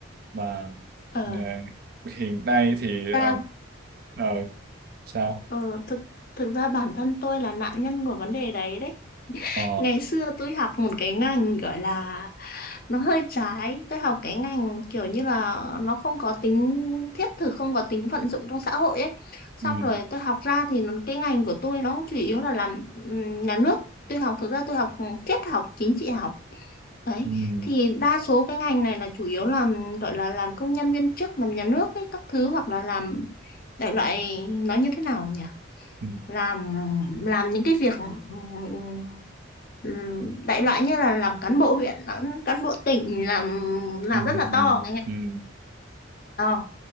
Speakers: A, on the right; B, on the left.
A: mà
B: ờ
A: ờ, hiện nay thì
B: ta
A: ờ, ờ, sao
B: ờ, thực thực ra bản thân tôi là nạn nhân của vấn đề đấy đấy
A: Ờ,
B: Ngày xưa tôi học một cái ngành gọi là nó hơi trái. Tôi học cái ngành kiểu như là nó không có tính thiết thực, không có tính vận dụng trong xã hội ấy. Xong
A: ừm,
B: rồi tôi học ra thì nó- cái ngành của tôi nó chủ yếu là làm ừm, nhà nước. Tôi học thực ra tôi học triết học, chính trị học. Đấy.
A: ừm,
B: Thì đa số cái ngành này là chủ yếu làm gọi là làm công nhân viên chức, làm nhà nước ấy, các thứ hoặc là làm đại loại nó như thế nào nhỉ?
A: ừm,
B: làm làm những cái việc ừm, ừm, đại loại như là làm cán bộ huyện làm cán bộ tỉnh làm làm
A: ừm,
B: rất là to cái ngành
A: ừm,
B: to